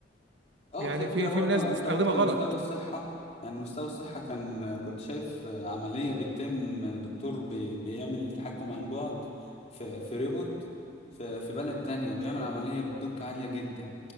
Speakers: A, on the left; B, on the right.
A: اه
B: يعني
A: غير كده
B: في
A: برضو
B: في ناس
A: يعني
B: بتستخدمها
A: انت قلت
B: غلط
A: مستوى الصحة يعني مستوى الصحة كان كنت شايف عملية بتتم دكتور بي بيعمل تحكم عن بعد في في ريبوت في في بلد تانية وبيعمل عملية بدقة عالية جدا